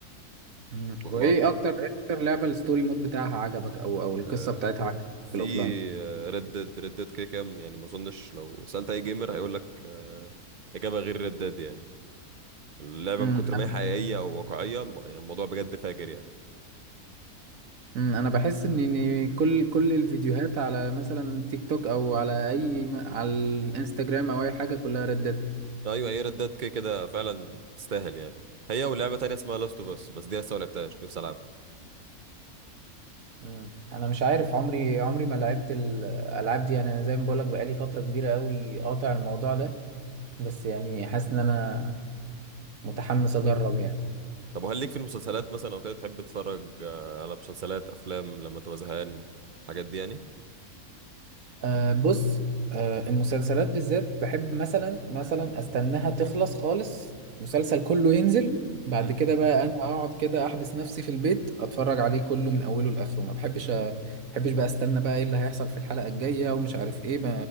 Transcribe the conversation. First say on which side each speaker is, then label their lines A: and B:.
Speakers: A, on the right; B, on the right.
A: مم. وايه
B: ما دي
A: اكتر إيه اكتر لعبه الستوري مود بتاعها عجبك او او القصه
B: آه،
A: بتاعتها عجبك
B: في
A: في الاوفلاين
B: ريد ديد ريد ديد كده كام يعني ما اظنش لو سألت اي جيمر هيقول لك آه، اجابة غير ريد ديد يعني اللعبة
A: امم
B: من كتر
A: انا
B: ما هي حقيقية او واقعية م- يعني الموضوع بجد فاجر يعني
A: مم. أنا بحس ان إن كل كل الفيديوهات على مثلا تيك توك او على اي م- على الانستجرام او اي حاجه كلها ردت
B: ايوه هي ريد ديد كده كده فعلا تستاهل يعني هي ولعبة تانية اسمها لاست اوف اس بس دي لسه ما لعبتهاش نفسي العبها
A: مم. انا مش عارف عمري عمري ما لعبت الالعاب دي يعني انا زي ما بقولك بقالي فتره كبيره قوي قاطع الموضوع ده بس يعني حاسس ان انا متحمس اجرب يعني
B: طب وهل ليك في المسلسلات مثلا او كده تحب تتفرج آه، على مسلسلات افلام لما تبقى زهقان الحاجات دي يعني
A: أه بص أه المسلسلات بالذات بحب مثلا مثلا استناها تخلص خالص مسلسل كله ينزل بعد
B: مم.
A: كده بقى انا اقعد كده احبس نفسي في البيت اتفرج عليه كله من اوله لاخره ما بحبش أ- ما بحبش بقى استنى بقى ايه اللي هيحصل في الحلقة الجاية ومش عارف ايه ب...